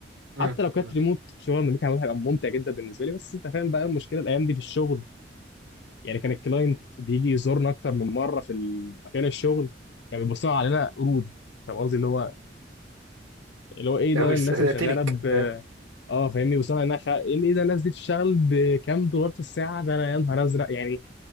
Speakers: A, on the right; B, on the left.
A: مم.
B: حتى لو كانت
A: مم.
B: ريموت شغل من المكان هيبقى ممتع جدا بالنسبه لي بس انت فاهم بقى المشكله الايام دي في الشغل يعني كان الكلاينت بيجي يزورنا اكتر من مره في مكان الشغل كان يعني بيبصوا علينا قرود فاهم قصدي اللي هو اللي هو ايه ده
A: أوي،
B: الناس
A: س-
B: اللي شغاله
A: تنك فاهم
B: اه فاهمني وصلنا انها خ... ان ايه ده الناس دي بتشتغل بكام دولار في الساعه ده انا يا نهار ازرق يعني